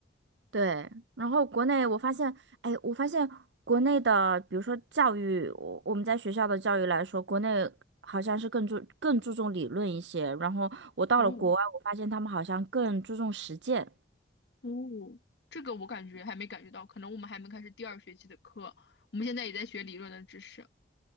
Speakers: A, on the right; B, on the left.
A: 对，然后国内我发现，哎，我发现国内的，比如说教育，我我们在学校的教育来说，国内好像是更注更注重理论一些，然后我到了国外，
B: 哦
A: 我发现他们好像更注重实践。
B: 哦，这个我感觉还没感觉到，可能我们还没开始第二学期的课，我们现在也在学理论的知识。